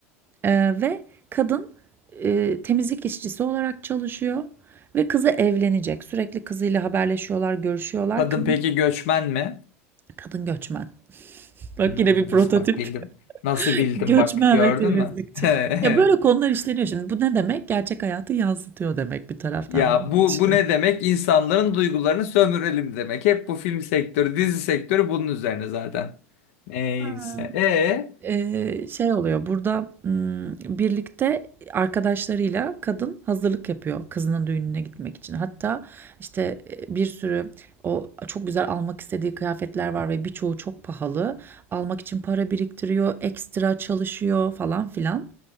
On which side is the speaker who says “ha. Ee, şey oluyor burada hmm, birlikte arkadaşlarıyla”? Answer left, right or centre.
Right